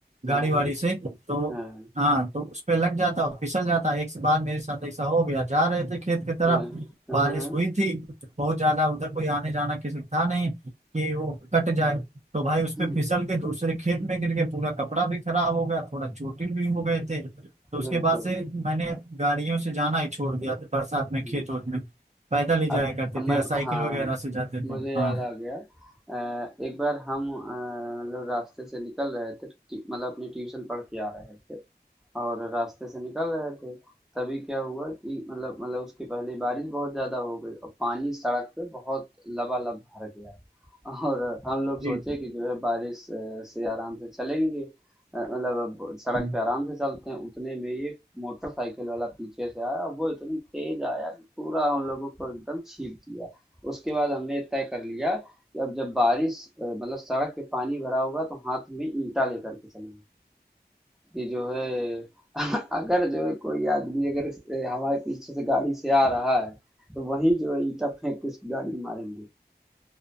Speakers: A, on the right; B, in the centre.
A: गाड़ी
B: हाँ
A: वाड़ी
B: हाँ
A: से तो
B: हाँ
A: हाँ तो उस पे लग जाता और फिसल जाता है। एक बार मेरे साथ ऐसा हो गया जा रहे थे खेत की तरफ
B: हाँ हाँ
A: बारिश
B: हाँ,
A: हुई थी बहुत ज्यादा उधर कोई आने जाना किसी का था नहीं कि वो कट जाए तो भाई उसपे
B: हम्म,
A: फिसल के दूसरे खेत में गिर के पूरा कपड़ा भी खराब हो गया थोड़ा चोटिल भी हो गए थे तो उसके
B: बिल्कुल
A: बाद से मैंने गाड़ियों से जाना ही छोड़ दिया था बरसात में
B: हम्म।
A: खेत वेत में पैदल ही
B: अब
A: जाया करते
B: अब
A: थे
B: मैं
A: या साइकिल
B: हाँ
A: वगैरह से जाते थे
B: मुझे याद
A: हाँ
B: आ गया अ, एक बार हम अ, मतलब रास्ते से निकल रहे थे टी- मतलब अपनी ट्यूशन पढ़ के आ रहे थे और रास्ते से निकल रहे थे तभी क्या हुआ कि मतलब मतलब उसके पहले बारिश बहुत ज़्यादा हो गई और पानी सड़क पे बहुत लबालब भर गया और हम लोग सोचे
A: जी
B: कि जो है बारिश अ, से आराम से चलेंगे अ, मतलब अब सड़क
A: जी।
B: पे आराम से चलते हैं उतने में ये मोटरसाइकिल वाला पीछे से आया वो इतनी तेज आया कि पूरा हम लोगों को एकदम छीप दिया उसके बाद हमने तय कर लिया कि अब जब बारिश अ, मतलब सड़क पे पानी भरा होगा तो हाथ में ईंटा लेकर के चलेंगे कि जो है <laughs> अगर जो है कोई आदमी अगर ए, हमारे पीछे से गाड़ी से आ रहा है तो वही जो है ईटा फेंक के उसकी गाड़ी में मारेंगे